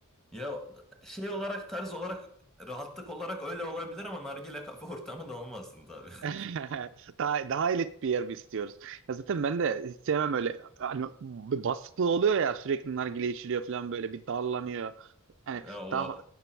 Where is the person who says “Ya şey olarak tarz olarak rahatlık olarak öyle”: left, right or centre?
Centre